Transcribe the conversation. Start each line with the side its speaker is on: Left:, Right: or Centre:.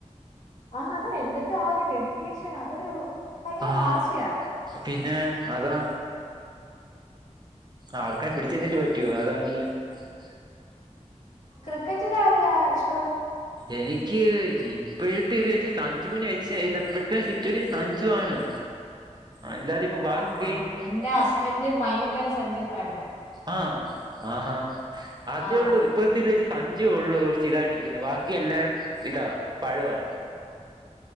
Left: ആ അതാ എന്നിട്ട് ആ ഒരു ഡെഡിക്കേഷൻ അതൊരു ഭയങ്കര
Right: ആഹ്
Left: വാശിയാ
Right: പിന്നെ അതാ ആർക്ക പിടിച്ചെതിൻ്റ് പറ്റുവോ <unintelligible>
Left: ക്രിക്കറ്റിലാരെയാ ഇഷ്ടം?
Right: എനിക്ക് ഇപ്പഴത്തെയിത് വെച്ച് സഞ്ജുനെ വെച്ച തെപ്പഴത്തെ സിറ്റുവേ സഞ്ജു വാണ് അല്ലാതിപ്പൊ ബാക്കി
Left: ആഹ് എന്റെ ഹസ്ബൻഡ്
Right: അ
Left: ഭയങ്കര സഞ്ജു ഫാനാ
Right: ആ ആഹാ അതേള്ളൂ.
Left: ആഹ്
Right: ഇപ്പഴത്തിത് വെച്ച് സഞ്ജുവൊള്ളൂ ർച്ചിതായിട്ടുനിക്കുന്നേ. വ ക്കിയെല്ലാ ഇതാ പഴവാ.